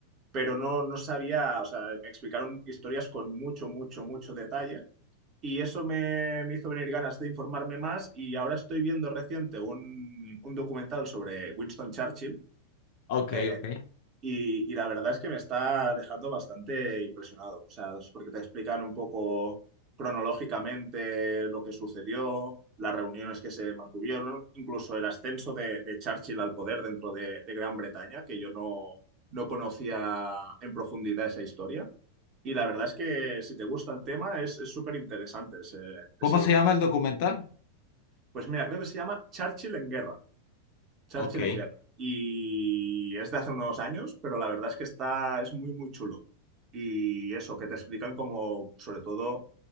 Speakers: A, on the right (about 35°); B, on the left (about 50°).
A: pero no, no sabía, o sea, me explicaron historias con mucho, mucho, mucho detalle. Y eso me, me hizo venir ganas de informarme más y ahora estoy viendo reciente un, un documental sobre Winston Churchill,
B: Ok,
A: eh,
B: ok.
A: y, y la verdad es que me está dejando bastante impresionado, o sea, es porque te explican un poco cronológicamente lo que sucedió, las reuniones que se mantuvieron, incluso el ascenso de, de Churchill al poder dentro de, de Gran Bretaña, que yo no, no conocía en profundidad esa historia. Y la verdad es que si te gusta el tema es es súper interesante ese, ese
B: ¿Cómo
A: docu.
B: se llama el documental?
A: Pues mira, creo que se llama Churchill en guerra. Churchill
B: Ok.
A: en guerra. Y es de hace unos años, pero la verdad es que está, es muy, muy chulo. Y eso, que te explican como, sobre todo,